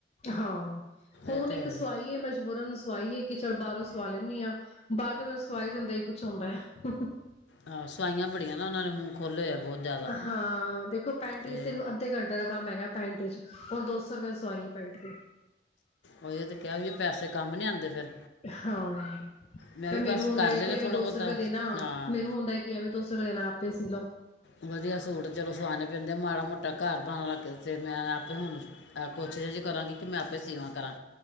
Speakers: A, on the left; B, on the left.
A: ਹਾਂ, ਹੁਣ
B: ਇਹ ਤੇ
A: ਇੱਕ
B: ਹੈ ਹੀ
A: ਸਵਾਈ ਹੈ, ਮਜਬੂਰਨ ਸਵਾਈ ਐ। ਕਿ ਚਲ ਬਾਹਰੋਂ ਸਵਾ ਲੈਂਨੀ ਆ ਬਾਹਰ ਦੇ ਬਾਰ ਸਵਾਈ ਦਿੰਦਾ ਈ ਕੁਛ ਆਂਦਾ। <unintelligible>
B: ਆ ਸਵਾਈਆਂ ਬੜੀਆਂ ਨਾ, ਉਹਨਾਨੇ ਮੂੰਹ ਖੋਲੇ ਆ ਬਹੁਤ ਜ਼ਿਆਦਾ।
A: ਹਾਂ ਦੇਖੋ ਪੈਂਟ
B: ਤੇ
A: ਸਿਰਫ ਅੱਧੇ ਘੰਟੇ ਦਾ ਕੰਮ ਹੈਗਾ, ਪੈਂਟ ਚ ਦੋ ਸੌ ਰੁਪਏ ਸਮਾਈ ਏ ਪੈਂਟ ਦੀ।
B: ਉਈਓ ਤੇ ਕਿਹਾ ਵੀ, ਪੈਸੇ ਕੰਮ ਨੀ ਆਂਦੇ ਫਿਰ।
A: ਹਾਂ।
B: ਮੈਂ
A: ਫੇਰ
B: ਵੀ ਬਸ
A: ਮੈਨੂੰ ਹੁੰਦਾ
B: ਕਰ
A: ਹੈ,
B: ਲੈਨੇ
A: ਕਿ ਐਵੇਂ
B: ਥੋੜਾ
A: ਦੋ
B: ਬਹੁਤਾ
A: ਸੌ ਰੁਪਏ ਦੇ ਆ,
B: ਹਾਂ
A: ਮੈਨੂੰ ਹੁੰਦਾ ਹੈ, ਕਿ ਐਵੇਂ ਦੋ ਸੌ ਰੁਪਏ ਦੇਨਾ। ਪੇਸੇ ਲਾਓ।
B: ਵਧੀਆ ਸੂਟ ਚਲੋ ਸਵਾਨੇ ਪੈਂਦੇ, ਮਾੜਾ ਮੋਟਾ ਘਰ ਪਾਣ ਲੱਗ ਤੇ ਮੈਂ ਆਪੇ ਹੁਣ ਕੋਸ਼ਿਸ਼ ਚ ਕਰਾਂਗੀ, ਕਿ ਮੈਂ ਆਪੇ ਸਵਾ ਕਰਾਂ।